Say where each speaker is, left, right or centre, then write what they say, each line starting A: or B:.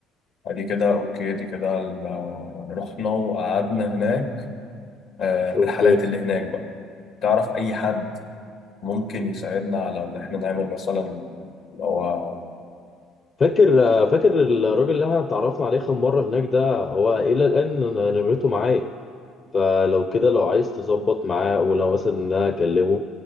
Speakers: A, on the left; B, on the left.
A: ادي كده اوكي دي كده ال- رحنا وقعدنا هناك آه، الرحلات
B: اوكي
A: اللي هناك بقى تعرف اي حد ممكن يساعدنا على ان احنا نعمل مثلا هو
B: فاكر فاكر الراجل اللي احنا اتعرفنا عليه اخر مره هناك ده هو الى الان أنا نمرته معايا فلو كده لو عايز تظبط معاه ولو مثلا إن انا اكلمه